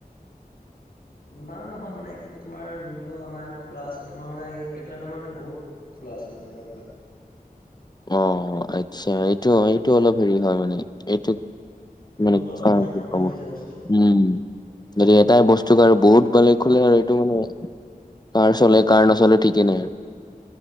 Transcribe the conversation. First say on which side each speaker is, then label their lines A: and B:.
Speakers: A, on the left (about 75°); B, on the left (about 25°).
A: ইমানো নহয় মানে এতিয়া তোমাৰ যোনটো আমাৰ ইয়াত খোলা আছে, তোমাৰ মানে এইটো লাইনত মানে বহুত খোলা আছে মানে তেনেকুৱা দোকান।
B: অঁ আচ্ছা এইটো-এইটো অলপ হেৰি হয় মানে, এইটো
A: সেইটো
B: মানে
A: হ'লে অলপ
B: কি
A: প্ৰব্লেম
B: কম,
A: হৈ যায় বস্তুটো
B: উম এটাই বস্তু আৰু বহুত ভালে খোলে আৰু এইটো মানে কাৰ চলে কাৰ নচলে ঠিকেই নাই আৰু।